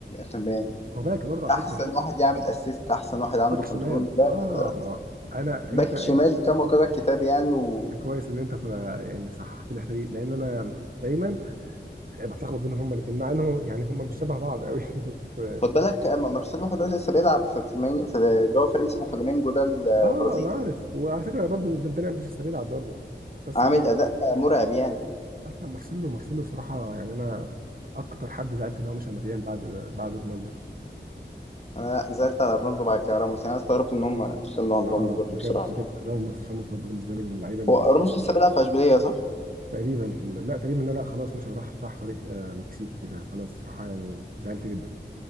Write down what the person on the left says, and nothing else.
تمام.
احسن
واحد يعمل اسيست احسن واحد عنده
كنترول
لا
لا لا
باك
شمال كما قال الكتاب يعني و...
خد بالك اما مارسيلو لحد دلوقتي لسه بيلعب في في, المين... في اللي هو فريق اسمه فلامينجو ده البرازيلي
عامل
اداء آه، مرعب يعني
انا نزلت على رونالدو بعد كده راموس يعني أنا استغربت ان هم تخلوا عن
راموس برضو
بصراحه
هو راموس لسه بيلعب في اشبيليه صح؟